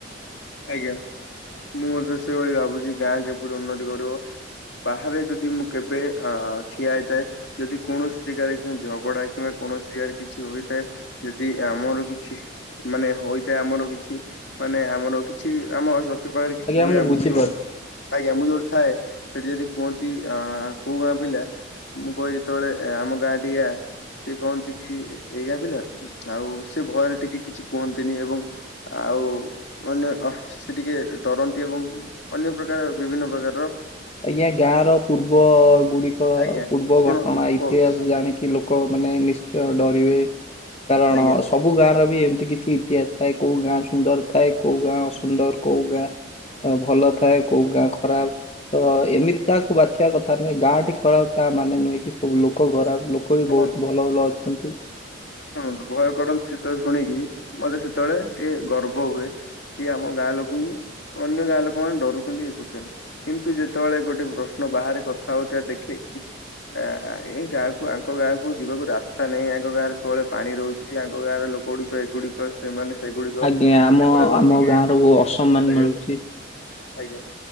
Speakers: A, on the left; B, on the left.
A: ଆଜ୍ଞା। ମୁଁ ମଧ୍ୟ ସେଭଳି ଭାବୁଚି ଗାଁ କିପରି ଉନ୍ନତି କରିବ। ବାହାରେ ଯଦି ମୁଁ କେବେ ଅ ଠିଆ ହେଇଥାଏ ଯଦି କୋଣସି ଜେଗାରେ ଝଗଡ଼ା କିମ୍ବା କୋଣସି ଜେଗାରେ କିଛି ହୋଇଥାଏ ଯଦି ଆମର କିଛି ମାନେ ହୋଇଥାଏ ଆମର କିଛି ମାନେ ଆମର କି କିଛି ଆମ <unintelligible> ପାଖରେ କିଛି
B: ଆଜ୍ଞା
A: ହୁଏ ଆଉ
B: ବୁଝିପାରୁଛି।
A: ମୁଁ ଯୋଉଁଠି ଆଜ୍ଞା ମୁଁ ଯୋଉଠି ଥାଏ ସେଠି ଯଦି କୁହନ୍ତି ଆଁ କୋଉ ଗାଁ ପିଲା ମୁଁ କହେ ଯେତବେଳେ ଆମ ଗାଁ ଟି ଆ ସିଏ କହନ୍ତି କି ଏଇ ଗାଁ ପିଲା ଆଉ ସେ ଭୟରେ ଟିକେ କିଛି କୁହନ୍ତିନି ଏବଂ ଆଉ ମାନେ ସେ ଟିକେ ଡରନ୍ତି ଏବଂ ଅନ୍ୟ ପ୍ରକାର ବିଭିନ୍ନ ପ୍ରକାରର
B: ଆଜ୍ଞା ଗାଁର ପୂର୍ବ ଗୁଡ଼ିକ
A: ଆଜ୍ଞା
B: ପୂର୍ବ
A: ଶୁଣନ୍ତୁ
B: ଘଟଣା ଇତିହାସ
A: କହୁଛି
B: ଜାଣିକି
A: ଆଜ୍ଞା
B: ଲୋ କ ମାନେ ନିଶ୍ଚୟ ଡରିବେ କାରଣ
A: ଆଜ୍ଞା
B: ସବୁ ଗାଁ ର ବି ଏମତି କିଛି ଇତିହାସ ଥାଏ କୋଉ ଗାଁ ସୁନ୍ଦର୍ ଥାଏ କୋଉ ଗାଁ ଅସୁନ୍ଦର୍ କୋଉ ଗାଁ ଭଲ ଥାଏ କୋଉ ଗାଁ ଖରାପ୍ ତ ଏମିତି କାହାକୁ ବାଛିବା କଥା ନୁହେଁ ଗାଁଟି ଖରାପ୍ ତା ମାନେ ନୁହେଁ କି ସବୁ ଲୋକ ଖରାପ୍ ଲୋକ ଲୋକ ବି
A: ଶୁଣନ୍ତୁ
B: ବହୁତ୍ ଭଲ ଭଲ ଅଛନ୍ତି।
A: ଶୁଣନ୍ତୁ ଭୟ କରନ୍ତି ଯେତେବେଳେ ଶୁଣିକି ମତେ ସେତେବେଳେ ଟିକେ ଗର୍ବ ହୁଏ କି ଆମ ଗାଁ ଲୋକଙ୍କୁ ଅନ୍ୟ ଗାଁ ଲୋକ ମାନେ ଡରୁଛନ୍ତି ଇଏ କରୁଛନ୍ତି। କିନ୍ତୁ ଯେତେବେଳେ ଗୋଟେ ପ୍ରଶ୍ନ ବାହାରେ କଥା ହଉଥିବା ଦେଖେ କି ଆ <unintelligible> ଆଙ୍କ ଗାଁକୁ ଯିବାକୁ ରାସ୍ତା ନାହିଁ ୟାଙ୍କ ଗାଁରେ ସବୁବେଳେ ପାଣି ରହୁଛି ୟାଙ୍କ ଗାଁର ଲୋକ ଗୁଡ଼ିକ ଏଗୁଡ଼ିକ ସେମାନେ ସେଗୁଡ଼ିକ
B: ଆଜ୍ଞା
A: ସେ
B: ଆମ
A: ଗୁଡା ମତେ
B: ଆମ
A: ଟିକେ
B: ଗାଁରୁ ଅସମ୍ମାନ
A: ଆଜ୍ଞା
B: ମିଳୁଛି।
A: ଆଜ୍ଞା।